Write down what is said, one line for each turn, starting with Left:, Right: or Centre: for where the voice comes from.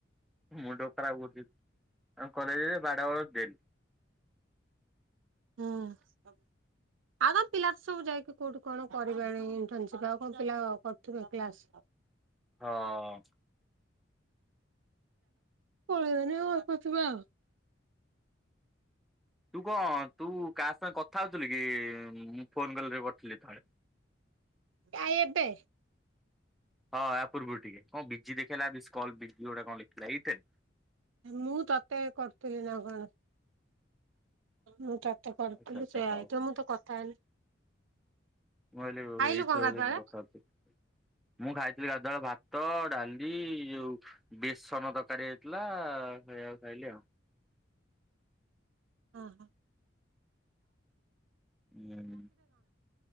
Centre: ମୁଣ୍ଡ ଖରାପ କ <unintelligible> ଆଉ କଲେଜରେ ବାଡ଼ <unintelligible>
Right: ହୁଁ <unintelligible> ଆମ ପିଲାର ସବୁ ଯାଇକି କୋଉଠି କଣ କରିବେଣି ଇଣ୍ଟର୍ନସିପ ଆଉ କଉ ପିଲା କରୁଥିବେ କ୍ଲାସ।
Centre: ହଁ
Right: ପଳେଇଆଇନି ଗପୁଥିବେ ଆଉ।
Centre: ତୁ କଣ ତୁ କାହା ସାଙ୍ଗେ କଥା ହଉଥିଲୁ କି ମୁଁ ଫୋନ୍ କଲ୍ ରେ କରୁଥିଲି ଯେତେବେଳେ।
Right: ଆ ଏବେ।
Centre: ହଁ ଆ ପୂର୍ବରୁ ଟିକେ କଣ ବିଜି ଦେଖେଇଲା ମିସକଲ ବିଜି ଗୋଟେ କଣ ଲେଖିଲା ଏଇଥି
Right: ମୁଁ ତତେ କରୁଥିଲି ନା କଣ? ମୁଁ ତତେ କରିଥିଲି
Centre: ଆଚ୍ଛା ଆଚ୍ଛା
Right: ସେଇଆ
Centre: ହଉ
Right: ହେଇଥିବ ମୁଁ ତ କଥା ହେଇନି
Centre: ମୁଁ ଭାବିଲି
Right: ଖାଇଲୁ
Centre: ଏଇଥିରେ
Right: କଣ ଗାଧୁଆଳେ
Centre: ବଧେ କିଏ କଥାହଉଥିଲା। ମୁଁ ଖାଇଥିଲି ଗାଧୁଆବେଳେ ଭାତ ଡାଲି ଯୋଉ ବେସନ ତରକାରୀ ହେଇଥିଲା ଖାଇବା ଖାଇଲି ଆଉ।
Right: ହଁ ହଁ।
Centre: ହୁଁ